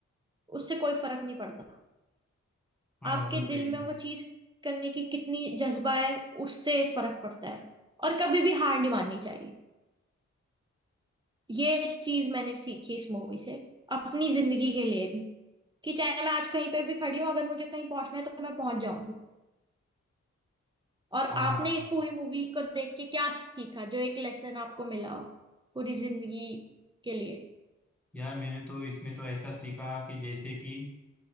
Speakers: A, on the right; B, in the centre.
A: उससे कोई फर्क नहीं पड़ता
B: हाँ
A: आपके
B: वो तो
A: दिल
B: सही
A: में
B: है।
A: वो चीज करने की कितनी जज्बा है उससे फर्क पड़ता है और कभी भी हार नहीं माननी चाहिए ये चीज मैंने सीखी इस मूवी से अपनी जिंदगी के लिए भी कि चाहे मैं आज कहीं पे भी खड़ी हूँ अगर मुझे कहीं पहुंचना है तो मैं पहुंच जाऊंगी और
B: हाँ
A: आपने
B: हाँ
A: एक पूरी मूवी को देख के क्या सीखा जो एक लेसन आपको मिला हो पूरी जिंदगी के लिए
B: यार मैंने तो इसमें तो ऐसा सीखा कि जैसे कि